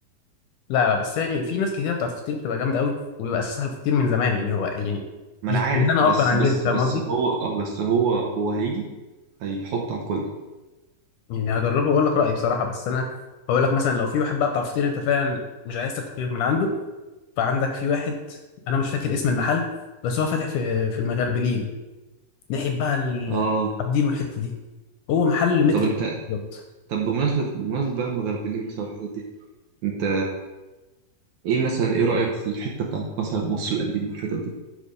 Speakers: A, on the left (about 75°); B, on the right (about 70°).
A: لا لا بس يعني في ناس كتير بتاعت الفطير بتبقى جامده قوي وبيبقى اساسها الفطير من زمان يعني هو يعني
B: ما
A: مش
B: انا عارف
A: مش إن انا
B: بس
A: اكبر عن
B: بس
A: جد فاهم
B: بس
A: قصدي
B: هو اه بس هو هو هيجي هيحط على الكل
A: يعني هجربه واقول لك رايي بصراحه بس انا هقول لك مثلا لو في واحد بقى بتاع فطير انت فعلا مش عايز تاكل غير من عنده فعندك في واحد انا مش فاكر اسم المحل بس هو فاتح في في المغربلين ناحيه بقى ال-
B: اه
A: عابدين والحته دي هو محل متر
B: طب انت
A: بالظبط
B: طب بمناسبة بمناسبة بقى المغربلين مثلا الحتت دي انت ايه مثلا ايه رأيك في الحتة بتاعت مثلا مصر القديمة والحتت دي